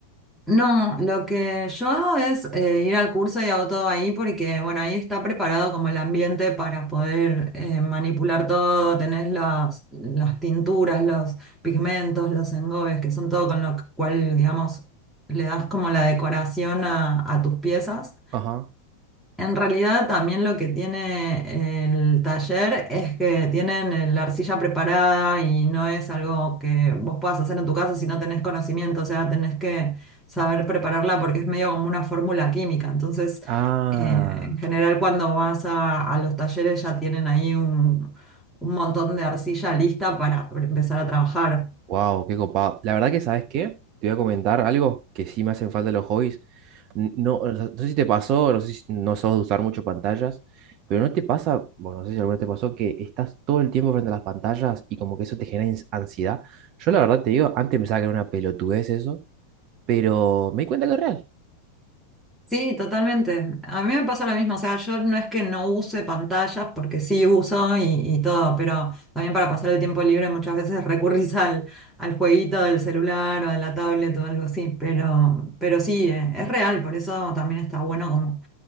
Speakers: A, in the centre; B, on the right.
A: No, lo que yo hago es eh, ir al curso y hago todo ahí porque, bueno, ahí está preparado como el ambiente para poder eh, manipular todo, tenés las, las tinturas, los pigmentos, los engobes, que son todo con lo cual, digamos, le das como la decoración a, a tus piezas.
B: Ajá.
A: En realidad también lo que tiene eh, el taller es que tienen eh, la arcilla preparada y no es algo que vos puedas hacer en tu casa si no tenés conocimiento, o sea, tenés que saber prepararla porque es medio como una fórmula química. Entonces,
B: Ah,
A: eh, en general cuando vas a, a los talleres ya tienen ahí un, un montón de arcilla lista para pre- empezar a trabajar.
B: wow, qué copado. La verdad que, ¿sabes qué? Te voy a comentar algo que sí me hacen falta los hobbies. No, o sea, no sé si te pasó, no sé si no sos de usar mucho pantallas, pero no te pasa, bueno, no sé si alguna vez te pasó que estás todo el tiempo frente a las pantallas y como que eso te genera ins- ansiedad. Yo la verdad te digo, antes pensaba que era una pelotudez eso, pero me di cuenta que es real.
A: Sí, totalmente. A mí me pasa lo mismo, o sea, yo no es que no use pantallas, porque sí uso y, y todo, pero también para pasar el tiempo libre muchas veces <laughs> recurrís al, al jueguito del celular o de la tablet o algo así, pero, pero sí, eh, es real, por eso también está bueno como